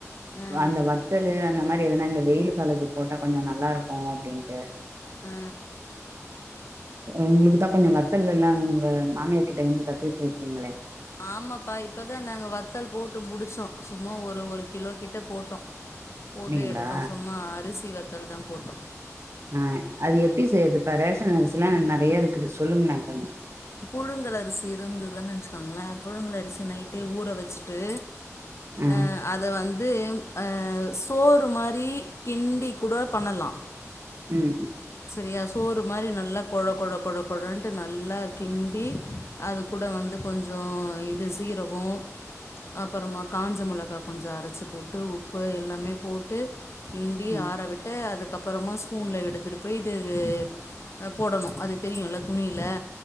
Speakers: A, on the left; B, on the right.
A: ஆ
B: அந்த வத்தலு அந்த மாறி எதனா இந்த வெயிலு காலத்துக்கு போட்டா கொஞ்சம் நல்லா இருக்கும் அப்டின்டு
A: ஆ
B: உங்களுக்குத்தா கொஞ்ச வத்தல்ல எல்லா உங்க மாமியர்கிட்ட இருந்து கத்துக்கிட்ருக்கீங்களே
A: ஆமாப்பா இப்பதா நாங்க வத்தல் போட்டு முடிச்சோ சும்மா ஒரு ஒரு கிலோ கிட் ட்ட போட்டோ
B: சொன்னீங்களா
A: போட்டு எடுத்தோ சும்மா அரிஸ் சி வத்தல்தா போட்டோ
B: ஆ அது எப்டி செய்யறதுப்பா ரேஷன் அரிசில்லா நெறையா இருக்குது சொல்லுங்களே கொஞ்சோ
A: புழுங்கல் அரிசி இருந்ததுன்னு வச்சுக்கோங்களே புழுங்கல் அரிசி நைட்டே ஊற வச்சுட்டு
B: ஆ
A: அஹ் அத வந்து ஆ சோறு மாரி கிண்டி கூட பண்ணலா
B: உம் உம்
A: சரியா சோறு மாரி நல்லா கொழ கொழ கொழ கொழன்ட்டு நல்லா கிண்டி அது கூட வந்து கொஞ்சோ இது சீரகோ அப்பறமா காஞ்ச மொளகா கொஞ்சோ அரைச்சி போட்டு உப்பு எல்லாமே போட்டு கிண்டி
B: ம்.
A: ஆற விட்டு அது க்கு அப்புறமா ஸ்பூன்ல எடுத்துட்டு போய்ட்டு அ போடணு அது தெரியும்ல துணியில